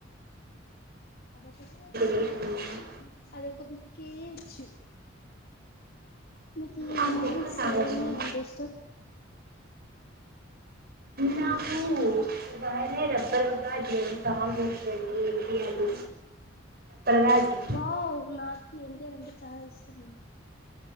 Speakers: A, on the left; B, on the right.
A: అదొకతె వచ్చింది
B: ఏంటి?
A: కేయుచ్చు మికీ
B: ఆ
A: మూవీస్
B: ముక్క కాదండి
A: ఏ మూవీ అంటే ఇష్టం
B: నాకూ పగాయనే రబ్బర్ గాజు నేను సాంగ్ <inaudible> ఏంటి గాజు
A: వావ్ నాక్ ఎన్టీఆర్ అంటే చాలా ఇష్టం అండి